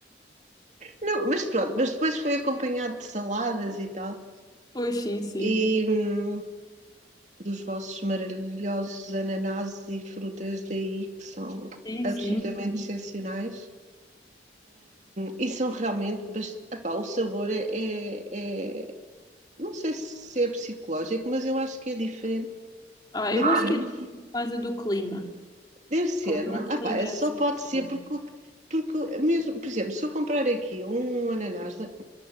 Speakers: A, on the right; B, on the left.
A: Não, mas pronto, mas depois foi acompanhado de saladas e tal.
B: Pois sim, sim.
A: E hum, dos vossos maravilhosos ananases e frutas daí, que são
B: Sim,
A: absolutamente
B: sim.
A: excepcionais. E são realmente. bast- Epá, o sabor é, é- é- Não sei se é psicológico, mas eu acho que é diferente
B: Ah,
A: daquilo.
B: eu acho que é por causa do clima.
A: Deve ser,
B: Como o nosso
A: não? é? Epá,
B: clima
A: é-
B: é
A: só
B: assim
A: pode ser
B: diferente.
A: porque, porque mesmo, por exemplo, se eu comprar aqui um ananás da,